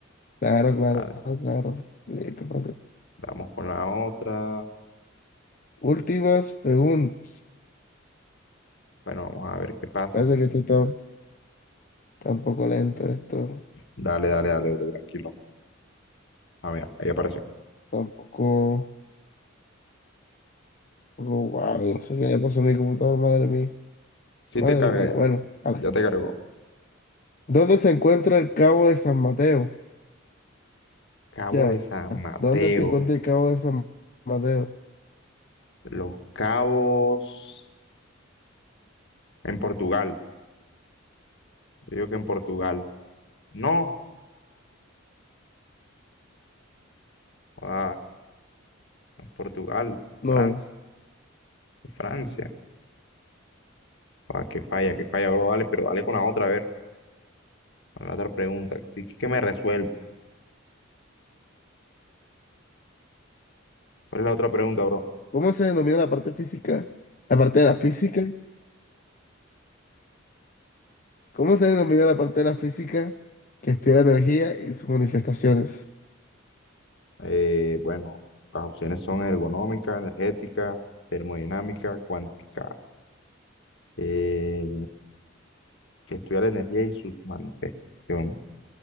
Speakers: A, on the left; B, on the left.
A: Claro, claro,
B: Dale,
A: claro. Facilita, facilita.
B: vamos con la otra.
A: Últimas preguntas.
B: Bueno, vamos a ver qué pasa.
A: Parece que esto está, está un poco lento, esto
B: Dale, dale, dale, bro, tranquilo. Ah, mira, ahí apareció.
A: está un poco, un poco guau, No sé qué le pasó a mi computador, madre mía.
B: Sí
A: Madre
B: te carga,
A: mía, bueno, vale.
B: ya te cargó.
A: ¿Dónde se encuentra el Cabo de San Mateo?
B: Cabo
A: Ya.
B: de San Mateo.
A: ¿Dónde se encuentra el Cabo de San Mateo?
B: Los Cabos en Portugal. Yo digo que en Portugal. No. ah Portugal,
A: No.
B: Francia, Francia. ah que falla, que falla, bro. Dale, pero dale con la otra, a ver. Con la otra pregunta. que Estoy, que me resuelve. ¿Cuál es la otra pregunta, bro?
A: ¿Cómo se denomina la parte física? La parte de la física. ¿Cómo se denomina la parte de la física que estudia la energía y sus manifestaciones?
B: Eh, bueno, las opciones son ergonómica, energética, termodinámica, cuántica. Eh, que estudia la energía y sus manifestaciones.